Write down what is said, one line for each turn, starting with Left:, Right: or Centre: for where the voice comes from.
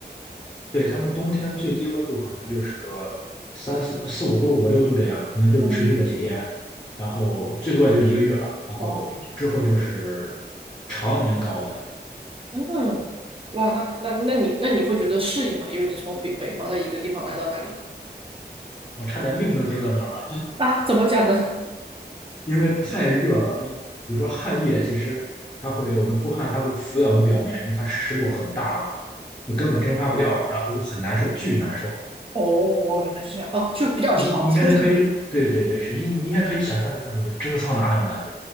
Left: 对，他们冬天最低温度可能就是个三四四五度、五六度这样，可能就持续个几天，
Right: 嗯，
Left: 然后最多也就一个月吧。然后之后就是常年高温，
Right: 哦，不错不错。嗯，哇，那那那你那你会觉得适应吗？因为你从北北方的一个地方来到那里
Left: 我差点命都丢到那儿了，
Right: 啊，怎么讲呢？
Left: 因为太热了。比如说汗液，其实它会我们出汗，它会浮在我们表面，因为它湿度很大嘛，就根本蒸发不掉，然后就很难受，巨难受。
Right: 哦，原来是这样。哦，就比较潮湿是吗？
Left: 你你应该可以，对对对，是因为你应该可以想象成那种就是蒸桑拿那种感觉。